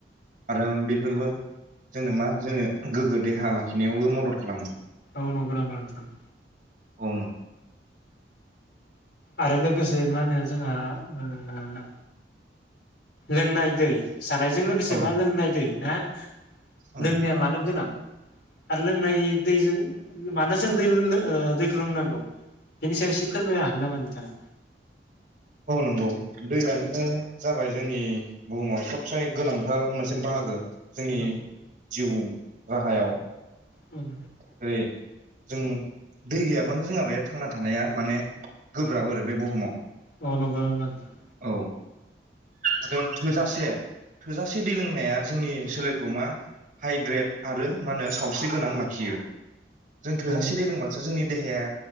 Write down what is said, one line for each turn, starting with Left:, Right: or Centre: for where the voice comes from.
Right: आरो बेफोरबो जोंनो मा जोंनो गोग्गो देहा लाखिनायावबो मदद खालामो।
Left: औ नंग' नामा नोथां?
Right: अ
Left: आरो लोगोसे मा होनो जोंहा ओ लोंनाय दै जानायजों लोगोसे
Right: औ
Left: मा लोंनाय दै ना <inaudible>
Right: औ
Left: लोंनाया मानो गोनां आरो लोंनाय दैजों मानो जों दै लो ओ दैखौ लोंनांगौ बेनि सायाव एसे फोरमायनो हागोन नामा नोंथाङा?
Right: अ नोंगौ दैयानो जाबाय जोंनि बुहुमाव सोबसे गोनांथार मोनसे बाहागो। जोंनि
Left: औ
Right: जिउ राहायाव
Left: उम
Right: जेरै जों दै गैयाबानो जोंहा बेया थांना थानाया माने गोब्राब आरो बे बुहुमाव
Left: अ नंगौ नामा नोथां?
Right: औ आरो थोजासे-थोजासे दै लोंनाया जोंनि सोलेरखौ मा हाइद्रेड आरो मा नो सावस्रि गोनां लाखियो। जों थोजासे
Left: औ
Right: दै लोंबासो जोंनि देहाया